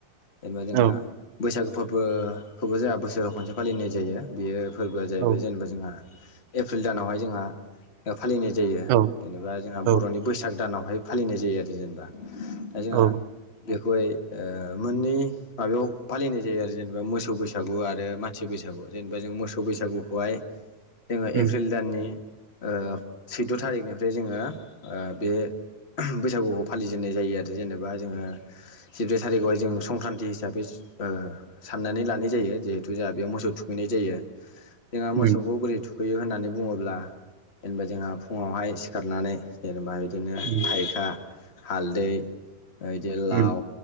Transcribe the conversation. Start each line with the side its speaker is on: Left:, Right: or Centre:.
Left: जेनेबा जोंहा
Right: औ
Left: बैसागो फोरबोखौबो जोंहा बोसोराव खनसे फालिनाय जायो। बेयो फोरबोआ जाहैबाय
Right: औ
Left: जेनेबा जोंहा एप्रिल दानावहाय जोंहा फालिनाय जायो
Right: औ
Left: जेनेबा जोंहा
Right: औ
Left: बर'नि बैसाग दानावहाय फालिनाय जायो आरो जेनेबा दा जोंहा
Right: औ
Left: बे बेखौहाय ओ मोननै माबायाव फालिनाय जायो आरो जेनेबा मोसौ बैसागु आरो मानसि बैसागु जेनेबा जों मोसौ बैसागुखौहाय जोङो
Right: उम
Left: एप्रिल दाननि ओ सैद' थारिखनिफ्राय जोङो ओ बे बैसागुखौ फालिजेननाय जायो आरो जेनेबा जोङो जिब्रै थारिखआवहाय जोङो संक्रान्ति हिसाबै ओ साननानै लानाय जायो जिहेथु जोंहा बेयाव मोसौ थुखैनाय जायो। जोंहा
Right: उम
Left: मोसौखौ बोरै थुखैयो होननानै बुङोब्ला जेनेबा जोंहा फुङावहाय सिखारनानै जेनेबा बिदिनो
Right: उम
Left: थाइखा हालदै ओ इदि
Right: उम
Left: लाव